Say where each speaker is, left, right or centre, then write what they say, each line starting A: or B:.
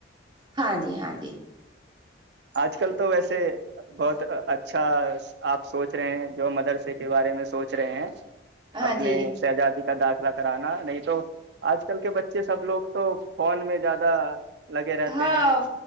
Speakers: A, on the right; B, on the right.
A: ہاں جی ہاں جی
B: آج
A: ہاں
B: کل
A: جی
B: تو ویسے بہت اچھا آپ سوچ رہے ہیں جو مدرسے کے بارے میں سوچ رہے ہیں
A: ہاں
B: اپنے
A: جی
B: شہزادی کا دعخ <unintelligible> کلا کرانا نہیں تو آج کل کے بچے سب لوگ تو فون میں زیادہ لگے رہتے
A: ہاں
B: ہیں